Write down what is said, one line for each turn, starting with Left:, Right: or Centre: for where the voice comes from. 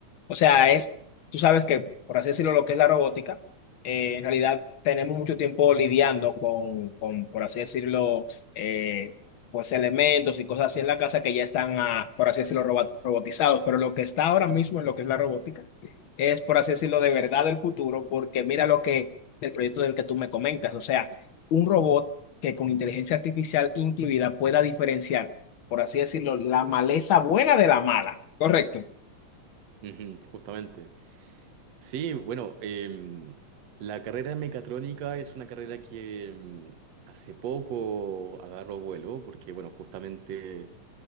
Left: o sea, es, tú sabes que, por así decirlo, lo que es la robótica, eh, en realidad tenemos mucho tiempo lidiando con, con, por así decirlo, eh, pues elementos y cosas así en la casa que ya están, ah, por así decirlo, roba- robotizados. Pero lo que está ahora mismo en lo que es la robótica es, por así decirlo, de verdad el futuro, porque mira lo que el proyecto del que tú me comentas, o sea, un robot que con inteligencia artificial incluida pueda diferenciar, por así decirlo, la maleza buena de la mala. Correcto.
Right: Ujú, justamente. Sí, bueno, em, la carrera de mecatrónica es una carrera que em, hace poco agarró vuelo, porque bueno, justamente